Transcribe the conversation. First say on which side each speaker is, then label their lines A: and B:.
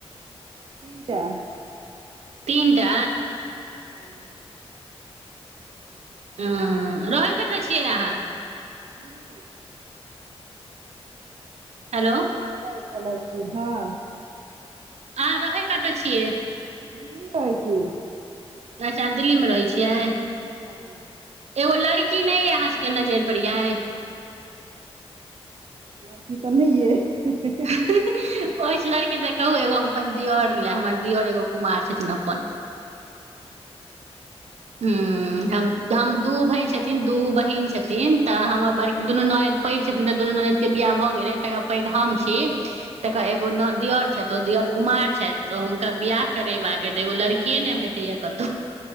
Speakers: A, on the right; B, on the right.
A: तीनटा
B: तीन टा
A: हँ
B: ह रहै कतऽ छियै अहाँ
A: दिल्ली
B: हेलो
A: एक लड़का एक लड़की हँ
B: अहाँ रहै कतऽ छियै
A: दिल्ली रहइ छी
B: अच्छा अहाँ दिल्लीमे रहैत छियै
A: हँ
B: एगो लड़की नहि य अहाँ सबके नजरि पर यऽ
A: लड़की तऽ नहि अए
B: ही ही ओछि लड़की त कहू एगो हम अपन दियर लय हमर दियोर एगो कुमार छथिन अपन ह्म हम हम दू भाय छथिन दू बहीन छथिन तऽ हमर बड़ दुनू ननैद पैघ छथिन तऽ दुनू ननदि के बियाह भऽ गेलै त पैघ हम छी तकर
A: अच्छा
B: एगो न दियर छै तो दियर कुमार छथि तऽ हुनका बिआाह करेबाक अछि तऽ एगो लड़किये नहि भेटैय कतौ